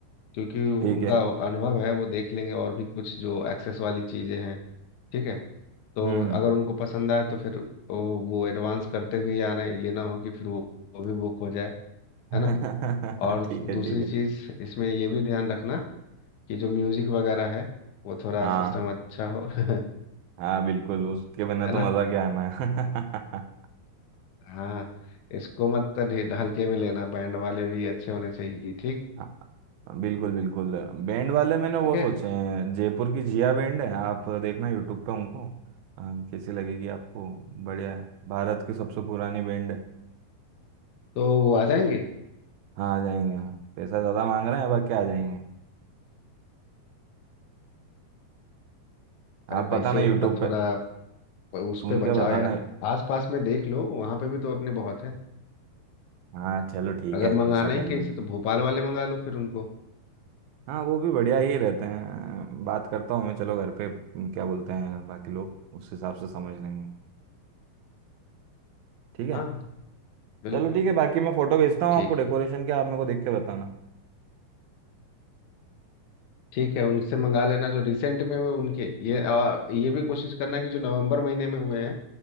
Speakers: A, on the left; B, on the right.
A: क्योंकि
B: ठीक
A: उनका
B: है
A: अनुभव है वो देख लेंगे और भी कुछ जो एक्सेस वाली चीज़ें हैं ठीक है तो
B: हम्म
A: अगर उनको पसंद आए तो फिर वो, वो एडवांस करते हुए ही आना है, ये ना हो कि फिर वो, वो भी बुक हो जाए
B: <laughs> ठीक
A: है ना और
B: है
A: दूसरी
B: ठीक है
A: चीज़ इसमें ये भी ध्यान रखना कि जो म्यूज़िक वगैरह है वो थोड़ा
B: हाँ
A: सिस्टम अच्छा हो <laughs> है
B: हाँ बिल्कुल उसके बिना तो
A: ना
B: मज़ा क्या आना है <laughs>
A: हाँ इसको मत ढील- हल्के में लेना बैंड वाले भी अच्छे होने चाहिए ठीक
B: हाँ बिल्कुल बिल्कुल बैंड वाले मैंने
A: ठीक
B: वो
A: है
B: सोचे हैं जयपुर की जिया बैंड है आप देखना यूट्यूब पे उनको अ, कैसी लगेगी आपको बढ़िया है भारत की सबसे पुरानी बैंड है
A: तो वो आ जाएंगे
B: हाँ आ जाएंगे हाँ। पैसा ज़्यादा मांग रहे हैं बाकी आ जाएंगे
A: अरे
B: आप
A: पैसे
B: बताना
A: उतना
B: यूट्यूब
A: थोड़ा
B: पे
A: प- उस
B: सुन
A: पे बचाओ
B: के बताना
A: यार आस पास में देख लो वहाँ पे भी तो अपने बहुत हैं
B: हाँ चलो ठीक
A: अगर
B: है
A: मंगाना
B: ऐसा कर
A: ही
B: लेंगे
A: कहीं से तो भोपाल वाले मंगा लो फिर उनको
B: हाँ वो भी बढ़िया ही रहते हैं बात करता हूँ मैं चलो घर पे अम, क्या बोलते हैं बाकी लोग उस हिसाब से समझ लेंगे ठीक है
A: हाँ बिल्कुल
B: चलो ठीक है बाकी मैं फोटो भेजता हूँ
A: ठीक
B: आपको डेकोरेशन के आप मेरे को देख के बताना
A: ठीक है उनसे मंगा लेना जो रिसेंट में हुए उनके ये और ये भी कोशिश करना कि जो नवंबर महीने में हुए हैं